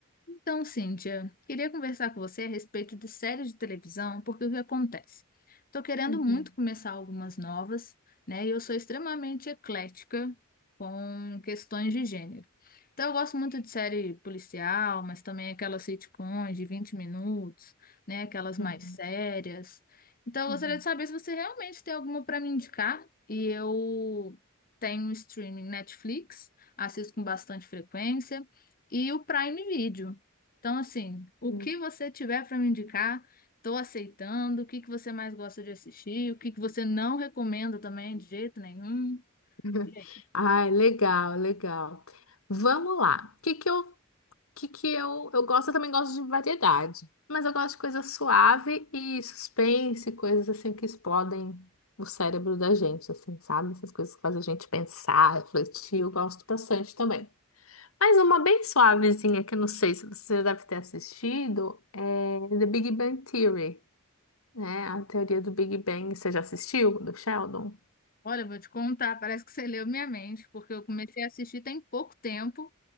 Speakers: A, on the left; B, on the left.
A: Então, Cíntia, queria conversar com você a respeito de séries de televisão, porque o que acontece? Estou querendo
B: Uhum,
A: muito começar algumas novas, né? E eu sou extremamente eclética com questões de gênero. Então, eu gosto muito de série policial, mas também aquelas sitcoms de 20 minutos, né? Aquelas mais
B: uhum,
A: sérias. Então,
B: uhum.
A: eu gostaria de saber se você realmente tem alguma para me indicar. E eu tenho streaming Netflix, assisto com bastante frequência. E o Prime Video. Então, assim, o
B: uhum.
A: que você tiver para me indicar, estou aceitando. O que que você mais gosta de assistir? O que que você não recomenda também, de jeito nenhum?
B: <laughs>
A: E aí?
B: Ai, legal, legal. Vamos lá. O que que eu, que que eu, eu gosto, eu também gosto de variedade, mas eu gosto de coisa suave e suspense, coisas assim que explodem o cérebro da gente, assim, sabe? Essas coisas que fazem a gente pensar, refletir, eu gosto bastante também. Mas uma bem suavezinha que eu não sei se você já deve ter assistido é The Big Bang Theory, né? A teoria do Big Bang. Você já assistiu, do Sheldon?
A: Olha, eu vou te contar, parece que você leu minha mente, porque eu comecei a assistir tem pouco tempo.